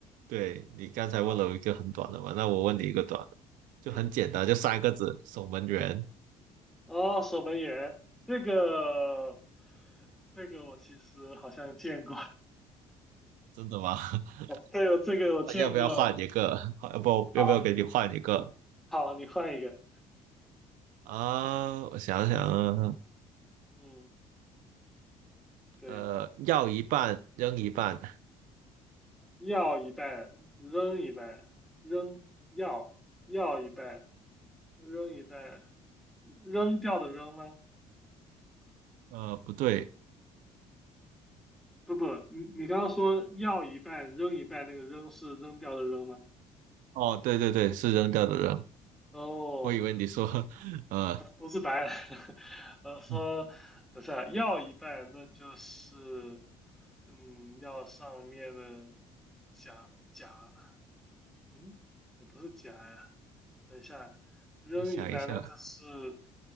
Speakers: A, on the right (about 75°); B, in the centre.
A: 对，你刚才问了我一个很短的嘛，
B: 啊。
A: 那我问你一个短的，就很简单，
B: 行，
A: 就三个字，守门员。
B: 哦，守门员，这个，这个我其实好像见过，
A: 真的吗？<laughs>
B: <laughs> 对，我这个我见过。
A: 那要不要换一个？换要不要不要给你换一个
B: 好，好，你换一个，
A: 啊？我想想啊，
B: 嗯，对。
A: 呃，要一半扔一半，
B: 要一半，扔一半，扔要要一半，扔一半，扔掉的扔吗？
A: 呃，不对，
B: 不不，你你刚刚说要一半，扔一半，那个扔是扔掉的扔吗？
A: 哦，对对对，是扔掉的扔，
B: 哦，
A: 我以为你说，<laughs> 呃，
B: 不是白。案。<laughs> 呃，说不是啊，
A: 嗯
B: 要一半，那就是嗯，要上面的甲甲嗯，也不是夹呀。等一下，扔一半，
A: 再想一下，
B: 那就是